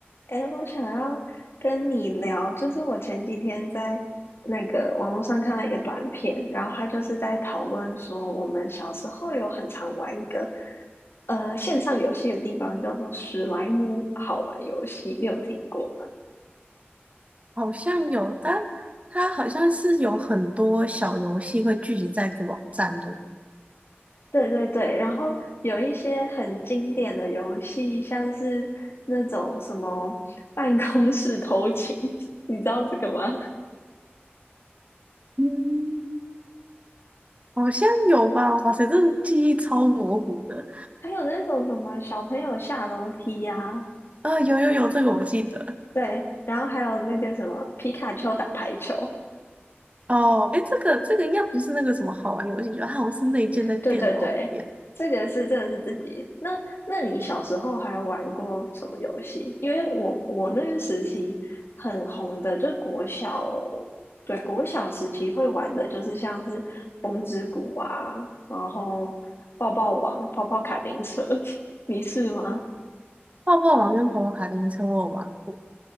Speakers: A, on the left (about 70°); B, on the right (about 35°).
A: 哎，我想要跟你聊，就是我前几天在那个网络上看到一个短片，然后他就是在讨论说，我们小时候有很常玩一个呃线上游戏的地方，叫做史莱姆好玩游戏，你有听过吗？
B: 好像有，但它好像是有很多小游戏会聚集在一个网站，对吗？
A: 对对对，然后有一些很经典的游戏，像是那种什么办公室偷情，<laughs> 你知道这个吗？
B: 嗯，好像有吧？哇塞，这记忆超模糊的。
A: 还有那种什么小朋友下楼梯呀、
B: 啊、有有有，这个我记得。
A: 对，然后还有那个什么皮卡丘打排球，
B: 哦，哎，这个这个应该不是那个什么好玩游戏，就它好像是内建在电脑里面。
A: 对对对，这个是这个是自己。那那你小时候还玩过什么游戏？因为我我那个时期很红的，就国小，对国小时期会玩的就是像是风之谷啊，然后抱抱王、跑跑卡丁车，<laughs> 你是吗？
B: 泡泡网跟跑跑卡丁车我有玩过，